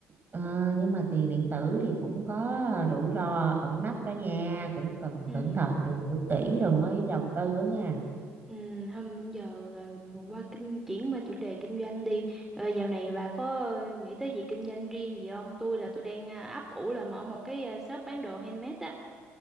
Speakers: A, on the right (about 30°); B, in the centre.
A: Ờ, nhưng mà tiền điện tử thì cũng có rủi ro ẩn nấp đó nha cũng cần
B: Ừ.
A: cẩn thận tìm hiểu kỹ rồi mới đầu tư á nha
B: Ừ, hôm giờ ờ, qua kinh chuyển qua chủ đề kinh doanh đi. Ờ, dạo này bà có ờ, nghĩ tới gì kinh doanh riêng gì không? Tôi là tôi đang à, ấp ủ là mở một cái à, shop bán đồ handmade á.